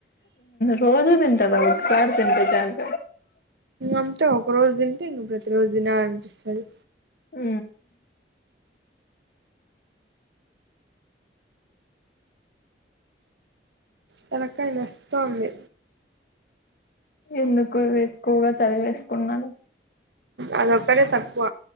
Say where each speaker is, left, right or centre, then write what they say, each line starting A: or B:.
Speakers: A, on the left (about 50°); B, on the right (about 75°).
A: రోజు తింటా ఒకసారి తింటె చాలు
B: అంతే ఒక రోజు తింటే ప్రతి రోజు దినలనిపిస్తది
A: ఉ
B: తలకాయ నొస్తాంది
A: ఎందుకు ఎక్కువగా చదివేసుకున్నాడ
B: అదొక్కరే తక్కువ